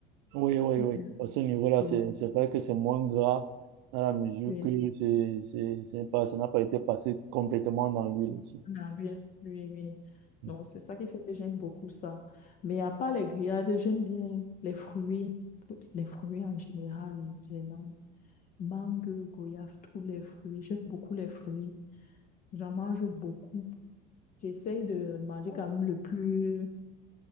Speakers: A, on the right; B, on the left.
A: Oui, oui,
B: Euh,
A: oui. À ce niveau-là,
B: euh,
A: c'est c'est vrai que c'est moins gras dans la mesure
B: Mais
A: que c'est, c'est, c'est pas, ça n'a pas été passé complètement dans l'huile aussi.
B: à l'huile, l'huile, l'huile.
A: Mm.
B: Donc, c'est ça qui fait que j'aime beaucoup ça. Mais à part les grillades, j'aime bien les fruits, les fruits en général, les- vraiment. Mangue, goyave, tous les fruits. J'aime beaucoup les fruits. J'en mange beaucoup. J'essaye de manger quand même le plus,